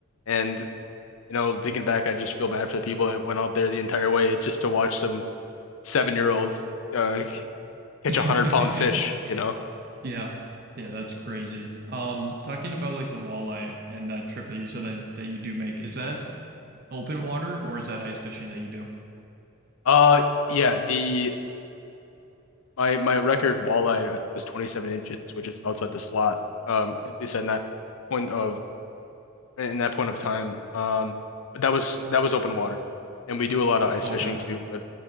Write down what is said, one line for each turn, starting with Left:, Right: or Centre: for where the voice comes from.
Left: And you know, thinking back, I just feel bad for the people that went out there the entire way just to watch some seven-year-old uh, catch
Right: <laughs>
Left: a hundred pound fish. You know,
Right: Yeah. Yeah, that's crazy. Um, talking about like the walleye and that trip that you said that, that you do make, is that open water or is that ice fishing that you do?
Left: uh, yeah, the My my record walleye I think was 27 inches, which is outside the slot. Um, at least in that point of in that point of time. Um, but that was that was open water, and we do a lot of ice
Right: Okay.
Left: fishing too. But